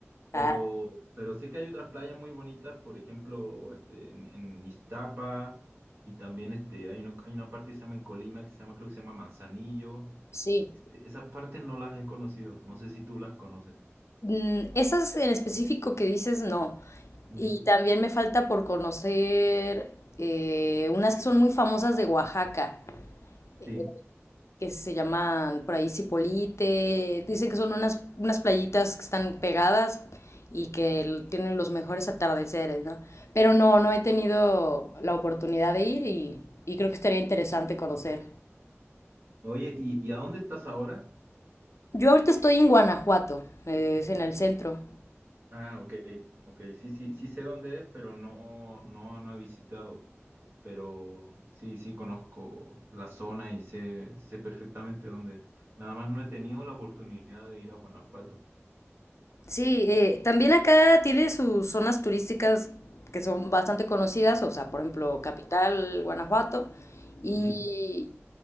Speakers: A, on the right; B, on the left.
A: Pero,
B: ah,
A: pero sé que hay otras playas muy bonitas, por ejemplo, este, en, en Iztapa, y también este, hay, uno- hay una parte que se llama en Colima, que se llama, creo que se llama Manzanillo.
B: sí.
A: Este, esas partes no las he conocido, no sé si tú las conoces.
B: Mm, esas en específico que dices, no.
A: Mm.
B: Y también me falta por conocer eh, unas que son muy famosas de Oaxaca, eh,
A: Sí.
B: que se llaman por ahí Cipolite. Dicen que son unas, unas playitas que están pegadas y que l- tienen los mejores atardeceres, ¿no? Pero no, no he tenido la oportunidad de ir y, y creo que estaría interesante conocer.
A: Oye, ¿y, y a dónde estás ahora?
B: Yo ahorita estoy en Guanajuato, eh, es en el centro.
A: Ah, ok, ok, sí, sí, sí sé dónde es, pero no, no, no he visitado. Pero sí, sí conozco la zona y sé, sé perfectamente dónde es. Nada más no he tenido la oportunidad de ir a Guanajuato.
B: Sí, eh, también acá tiene sus zonas turísticas que son bastante conocidas, o sea, por ejemplo, Capital, Guanajuato y,
A: Mm.